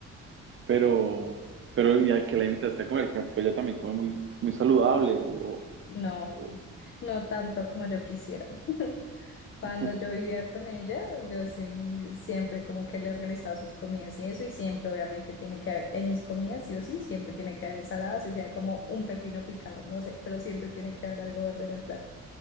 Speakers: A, on the right (about 45°); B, on the left (about 40°).
A: Pero, pero ¿y a qué la invitaste a comer? Por ejemplo, ella también come muy, muy saludable o, o-
B: No,
A: o-
B: no tanto como yo quisiera. <laughs> Cuando
A: <laughs>
B: yo vivía con ella, yo sí, siempre como que le organizaba sus comidas y eso, y siempre obviamente tiene que haber, en mis comidas sí o sí, siempre tiene que haber ensaladas, y sea como un pepino picado, no sé, pero siempre tiene que haber algo verde en el plato.